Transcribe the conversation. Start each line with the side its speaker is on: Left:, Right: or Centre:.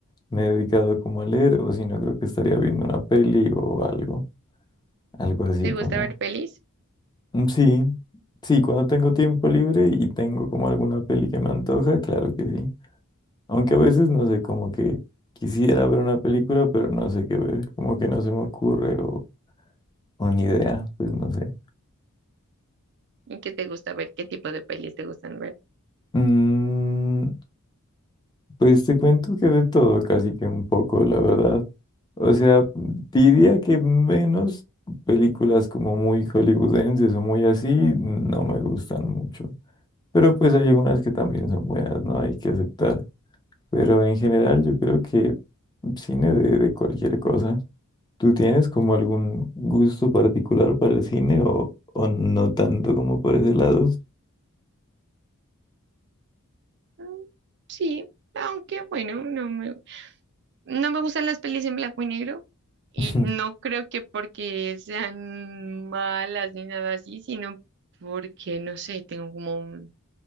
Left: me he dedicado como a leer o si no creo que estaría viendo una peli o algo, algo así
Right: ¿Te
Left: como.
Right: gusta ver pelis?
Left: Mm, Sí, sí, cuando tengo tiempo libre y tengo como alguna peli que me antoja, claro que sí. Aunque a veces no sé, como que quisiera ver una película, pero no sé qué ver, como que no se me ocurre o O ni idea, pues no sé.
Right: ¿Y qué te gusta ver? ¿Qué tipo de pelis te gustan ver?
Left: Mm, pues te cuento que de todo, casi que un poco, la verdad. O sea, diría que menos películas como muy hollywoodenses o muy así, no me gustan mucho. Pero pues hay algunas que también son buenas, ¿no? Hay que aceptar. Pero en general yo creo que cine de, de cualquier cosa. ¿Tú tienes como algún gusto particular para el cine o, o no tanto como por ese lado?
Right: Mm, Sí, aunque bueno, no me, no me gustan las pelis en blanco y negro. Y
Left: <laughs>
Right: no creo que porque sean malas ni nada así, sino porque, no sé, tengo como un